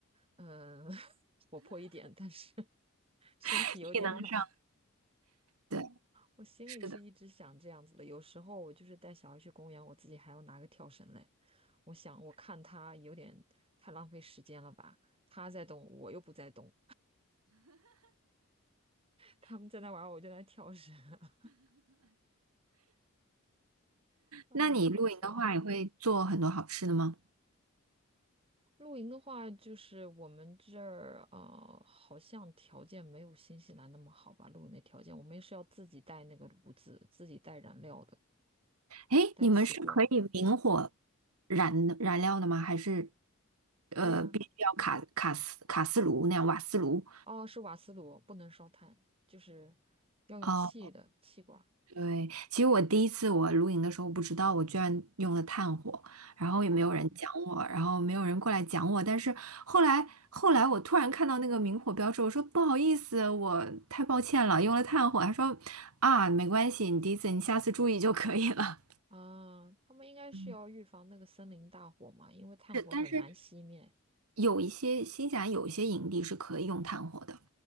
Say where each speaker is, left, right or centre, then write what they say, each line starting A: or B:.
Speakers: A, on the right; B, on the right.
A: 嗯、<laughs> 活泼一点，但是 <laughs> 身体有点懒，
B: <laughs> 体能上。对，
A: 我心里是一直想这样子的。
B: 是的。
A: 有时候我就是带小孩去公园，我自己还要拿个跳绳嘞，我想我看他有点太浪费时间了吧，他在动，我又不在动。他们在那玩儿我就在那跳绳，<laughs> 哎，
B: 那你露营的话，
A: 很搞笑。
B: 也会做很多好吃的吗？
A: 露营的话，就是我们这儿啊、呃好像条件没有新西兰那么好吧？露营的条件，我们是要自己带那个炉子，自己带燃料的，
B: 诶，
A: 带气罐儿。
B: 你们是可以明火燃的燃料的吗？还是呃必须要卡卡斯卡斯炉那样瓦斯炉？
A: 对呀、哦，是瓦斯炉，不能烧炭，就是要用气的气罐儿。
B: 哦，对，其实我第一次我露营的时候不知道，我居然用了炭火，然后也没有人讲我，
A: 哦，
B: 然后没有人过来讲我。但是后来，后来我突然看到那个明火标志，我说不好意思，我太抱歉了，用了炭火。他说啊，没关系，你第一次，你下次注意就可以了。
A: 啊，他们应该是要预防那个森林大火嘛，
B: 嗯
A: 因为炭火很难熄灭。
B: 是，但是有一些新西兰有一些营地是可以用炭火的，